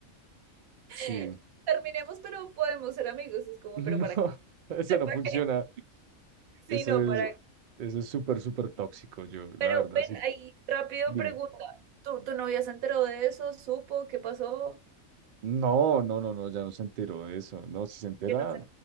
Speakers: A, on the right; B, on the right.
A: <laughs>
B: Sí,
A: terminemos, pero podemos ser amigos, es
B: <laughs>
A: como,
B: no,
A: pero para que <laughs>
B: eso
A: sepa
B: no funciona.
A: que sí,
B: Eso
A: no,
B: es,
A: para,
B: eso es súper, súper tóxico, yo, la
A: pero
B: verdad,
A: ven
B: sí,
A: ahí rápido
B: dime.
A: pregunta, ¿tu, tu novia se enteró de eso? ¿Supo qué pasó?
B: No, no, no, no, ya no se enteró de eso. No, si se entera,
A: Que no sé.